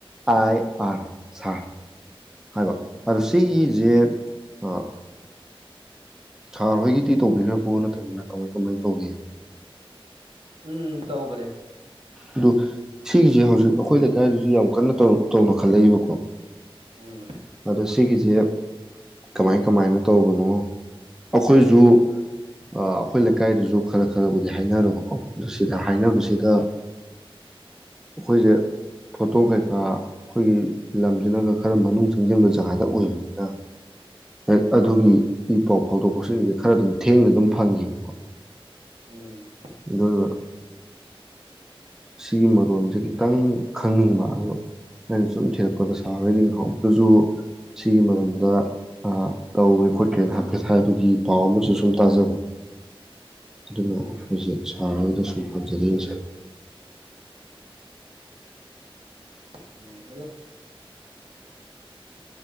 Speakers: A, in the centre; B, on the right.
A: ꯑꯥꯏ ꯑꯔ ꯁꯥꯔ ꯍꯥꯏꯕ
B: ꯎꯝ
A: ꯑꯗꯣ ꯁꯤꯒꯤꯁꯦ
B: ꯎꯝ
A: ꯑꯥ ꯁꯥꯔ ꯍꯣꯏꯒꯤꯗꯤ ꯇꯧꯕꯤꯈ꯭ꯔꯕꯣ ꯅꯠꯇ꯭ꯔꯒꯅ ꯀꯃꯥꯏ ꯀꯃꯥꯏꯅ ꯇꯧꯒꯦ
B: ꯎꯝ ꯇꯧꯒ꯭ꯔꯦ
A: ꯑꯗꯨ ꯁꯤꯒꯤꯁꯦ ꯍꯧꯖꯤꯛ ꯑꯩꯈꯣꯏ ꯂꯩꯀꯥꯏꯗꯁꯨ ꯌꯥꯝ ꯀꯟꯅ ꯇꯧ ꯇꯧꯅꯈꯠꯂꯛꯏꯕꯀꯣ
B: ꯎꯝ
A: ꯑꯗꯣ ꯁꯤꯒꯤꯁꯦ ꯀꯃꯥꯏ ꯀꯃꯥꯏꯅ ꯇꯧꯕꯅꯣ ꯑꯩꯈꯣꯏꯖꯨ ꯑꯥ ꯑꯩꯈꯣꯏ ꯂꯩꯀꯥꯏꯗꯁꯨ ꯈꯔ ꯈꯔꯕꯨꯗꯤ ꯍꯥꯏꯅꯔꯕꯀꯣ ꯑꯗꯨ ꯁꯤꯗ ꯍꯥꯏꯅꯕꯁꯤꯗ
B: ꯎꯝ
A: ꯑꯩꯈꯣꯏꯖꯦ ꯐꯣꯇꯣ ꯀꯩꯀꯥ ꯑꯩꯈꯣꯏꯒꯤ ꯂꯝꯖꯤꯅꯒ ꯈꯔ ꯃꯅꯨꯡ ꯆꯪꯁꯤꯟꯕ ꯖꯒꯥꯗ ꯑꯣꯏꯕꯅꯤꯅ
B: ꯎꯝ
A: ꯍꯦꯛ ꯑꯗꯨꯒꯤ ꯏ ꯄꯥꯎ ꯐꯥꯎꯗꯣꯛ ꯐꯥꯎꯁꯤꯟꯁꯦ ꯈꯔ ꯑꯗꯨꯝ ꯊꯦꯡꯅ ꯑꯗꯨꯝ ꯐꯪꯉꯦꯕꯀꯣ
B: ꯎꯝ
A: ꯑꯗꯨꯅ ꯁꯤꯒꯤ ꯃꯔꯣꯟꯁꯦ ꯈꯤꯇꯪ ꯈꯪꯅꯤꯡꯕ ꯑꯗꯣ ꯑꯩꯅ ꯁꯨꯝ ꯊꯤꯔꯛꯄꯗ ꯁꯥꯔ ꯍꯣꯢꯒꯤ ꯉꯍꯥꯟꯃꯨꯛꯇꯁꯨ ꯁꯤꯒꯤ ꯃꯔꯝꯗ ꯑꯥ ꯇꯧꯒꯔꯦ ꯈꯣꯠꯈꯔꯦ ꯍꯥꯢꯐꯦꯠ ꯍꯥꯏꯕꯒꯤ ꯄꯥꯎ ꯑꯃꯁꯨ ꯁꯨꯝ ꯇꯥꯖꯕ ꯑꯗꯨꯅ
B: ꯎꯝ
A: ꯑꯩꯈꯣꯏꯁꯦ ꯁꯥꯔ ꯍꯣꯢꯗꯁꯨꯨꯝ ꯍꯪꯖꯔꯛꯏꯅꯦ ꯁꯥꯔ
B: ꯎꯝ ꯑꯗꯣ